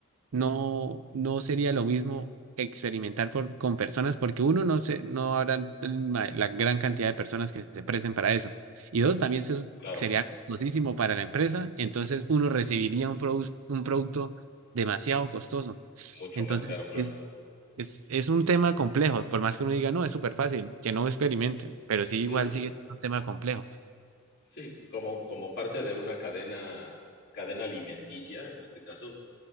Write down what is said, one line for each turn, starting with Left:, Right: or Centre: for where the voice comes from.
Right: no, no sería lo mismo experimentar por- con personas porque uno no se, no habrá el ma- la gran cantidad de personas que se presten para eso. Y dos, también eso es-
Left: claro,
Right: sería costosísimo para la empresa, entonces uno recibiría un, produs- un producto demasiado costoso.
Left: mucho
Right: Entonces,
Left: más caro, claro.
Right: es, es, es un tema complejo, por más que uno diga, no, es súper fácil, que no experimenten, pero sí igual
Left: Sí, no,
Right: sigue siendo un tema complejo.
Left: sí, como, como parte de una cadena, cadena alimenticia, en este caso,